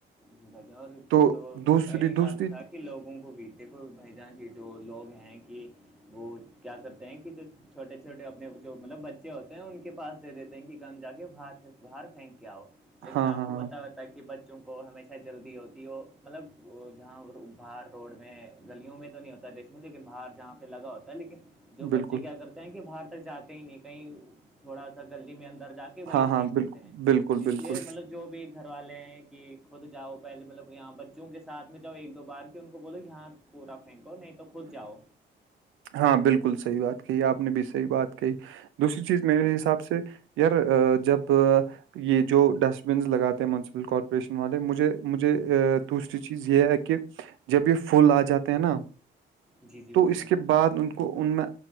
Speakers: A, in the centre; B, on the right (about 85°).
A: جی بھائی جی اور
B: تو
A: جو
B: دوسری
A: بھائی
B: دوسری
A: آپ نے کہا کہ لوگوں کو بھی دیکھو بھائی جاں کے جو لوگ ہیں کہ وہ کیا کرتے ہیں کہ جو چھوٹے چھوٹے اپنے جو مطلب بچے ہوتے ہیں ان کے پاس دے دیتے ہیں کہ کم جا کے باہر سے باہر پھینک کے آؤ لیکن
B: ہاں
A: آپ
B: ہاں
A: کو
B: ہاں
A: بتا ہو تھا کہ بچوں کو ہمیں جلدی ہوتی وہ مطلب جہاں باہار روڈ میں گلیوں میں تو تو نہیں ہوتا ہے دیش میں لیکن باہر جہاں پہ لگا ہوتا ہے لیکن جو بچے
B: بالکل
A: کیا کرتے ہیں کہ باہر تک جاتے ہی نہیں کہیں تھوڑا سا گلی میں اندر جا کے وہیں
B: ہاں ہاں
A: پھینک
B: بالکل
A: دیتے ہیں
B: بالکل
A: تو اس
B: بالکل
A: لیے مطلب جو بھی گھر والے ہیں کہ خود جاؤ پہلے مطلب یہاں بچوں کے ساتھ میں جاؤ ایک دو بار کے ان کو بولو یہاں پورا پھینکو نہیں تو خود جاؤ
B: ہاں بالکل صحیح بات کہی آپ نے بھی صحیح بات کہی دوسری چیز میرے حساب سے یار جب یہ جو ڈسٹ بنس لگاتے ہیں مونسپل کارپوریشن والے مجھے مجھے دوسری چیز یہ ہے کہ جب یہ پھول آ جاتے ہیں نا
A: جی جی
B: تو
A: بھائی جان
B: اس کے بعد ان کو ان میں